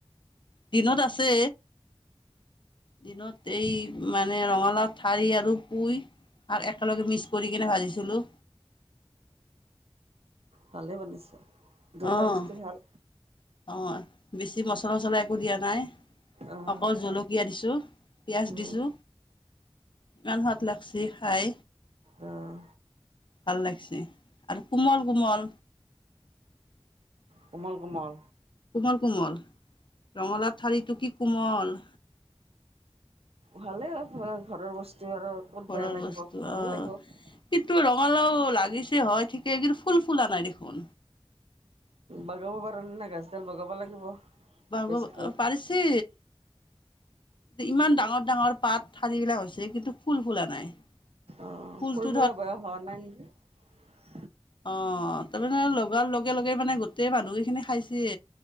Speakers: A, on the left; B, on the right.
A: দিনত আছে দিনত এই মানে ৰঙালাও ঠাৰি আৰু পুই আৰু একেলগে মিক্স কৰি কিনে ভাজিছিলোঁ।
B: ভালে বনাইছে। দুটা
A: অহ
B: বস্তু ভাল
A: অহ! বেছি মচলা চচলা একো দিয়া নাই
B: আহ
A: অকল জলকীয়া দিছো পিয়াজ
B: উম
A: দিছো ইমান সোৱাদ লাগছে খাই
B: আহ
A: ভাল লাগছে আৰু কোমল কোমল
B: কোমল কোমল
A: কোমল কোমল ৰঙালাও ঠাৰিটো কি কোমল।
B: ভালে ঘৰ ঘৰৰ বস্তু। টো আৰু ক'ত
A: ঘৰৰ
B: বেয়া লাগিব
A: বস্তু
B: ভালে
A: অঁ
B: লাগিব
A: কিন্তু ৰঙালাও লাগিছে হয় ঠিকে কি ফুল ফুলা নাই দেখোন
B: বগাব পৰা ন নাই গাছডাল বগাব লাগিব
A: বাব
B: বেছিকৈ
A: পাৰিছি ইমান ডাঙৰ ডাঙৰ পাত ঠাৰি বিলাক হৈছে কিন্তু ফুল ফুলা নাই
B: অঁ
A: ফুলটো
B: ফুল ফুলৰ বয়স হোৱা নাই নেকি
A: অঁ তাৰমানে লগাৰ লগে লগে মানে গোটেই মানুহ কেইখিনি খাইছে